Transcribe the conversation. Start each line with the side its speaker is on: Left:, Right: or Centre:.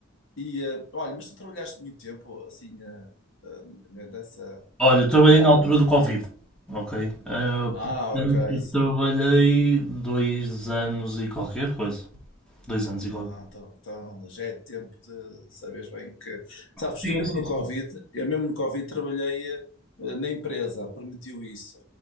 Left: E, eh, olha, mas tu trabalhaste muito tempo assim eh, eh, nessa.
Centre: Olha, eu trabalhei
Left: eh,
Centre: na altura
Left: hum,
Centre: do Covid, ok? Ah,
Left: ah,
Centre: portanto,
Left: ok,
Centre: eu
Left: sim.
Centre: trabalhei dois anos e qualquer coisa. Dois anos e qualquer
Left: Ah,
Centre: coisa.
Left: então, então já é tempo de saberes bem que. Sabes
Centre: Sim,
Left: que eu mesmo
Centre: sim,
Left: no
Centre: sim.
Left: Covid, eu mesmo no Covid trabalhei eh, na empresa, permitiu isso.